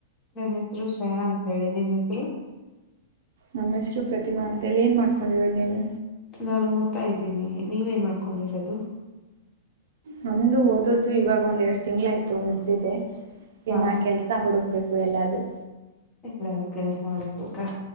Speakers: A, on the left; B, on the right.
A: ನನ್ನ ಹೆಸರು ಶ್ರಯಾ ಅಂತ ಹೇಳಿ ನಿಮ್ಮ್ ಹೆಸರು.
B: ನಮ್ಮ ಹೆಸರು ಪ್ರತಿಭಾ ಅಂತ ಏನ್ ಮಾಡ್ಕೊಂಡಿರೋದು ನೀವು.
A: ನಾನು ಓದ್ತಾ ಇದ್ದೀನಿ ನೀವೇನು ಮಾಡ್ಕೊಂಡಿರೋದು.
B: ನಮ್ದು ಓದೋದು ಇವಾಗ ಒಂದ್ ಎರಡು ತಿಂಗ್ಳಾಯ್ತು ಮುಗ್ದಿದೆ
A: ಹಾ
B: ಇನ್ ಅ ಕೆಲ್ಸ. ಸ್ಸಾ ಹುಡುಕ್ಬೇಕು ಎಲ್ಲಾದ್ರು.
A: ಎಲ್ಲಾರೂ ಕೆಲ್ಸ ಹುಡಬೇಕಾ